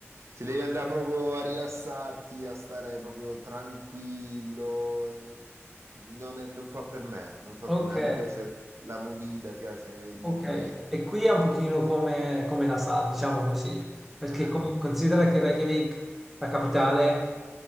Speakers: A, on the right; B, in the centre.
A: se devi andare proprio a rilassarti, a stare proprio tranquillo, eh, non è- non fa per me, non fa
B: Ok.
A: per me. A me piace la movida, piace il movimento.
B: Ok, e qui è un pochino come, come la sa, diciamo così, perché
A: Ah,
B: come- considera che Reykjavik, la capitale,